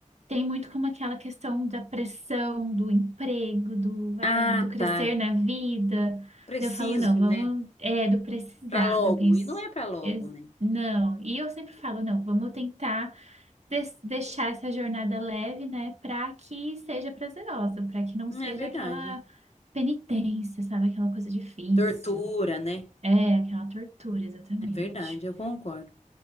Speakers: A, on the right; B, on the left.
A: tem muito como aquela questão da pressão, do emprego, do, ai,
B: Ah,
A: do crescer
B: tá.
A: na vida.
B: Preciso,
A: Daí Eu falo, não, vamos,
B: né?
A: é, do precisado.
B: Pra logo.
A: Eu penso,
B: E não é pra logo,
A: es-
B: né?
A: não. E eu sempre falo, não, vamos tentar des- deixar essa jornada leve, né, para que seja prazerosa, para que não
B: Não
A: seja
B: é verdade.
A: aquela penitência, sabe, aquela coisa difícil.
B: Tortura, né?
A: É, aquela tortura, exatamente.
B: É verdade, eu concordo.